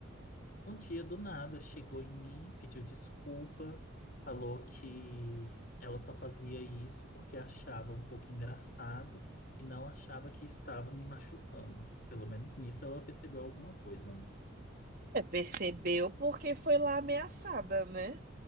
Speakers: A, on the left (about 50°); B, on the right (about 45°).
A: Um dia do nada chegou em mim, pediu desculpa, falou que ela só fazia isso porque achava um pouco engraçado e não achava que estava me machucando. Pelo menos nisso ela percebeu alguma coisa, né?
B: É, percebeu porque foi lá ameaçada, né?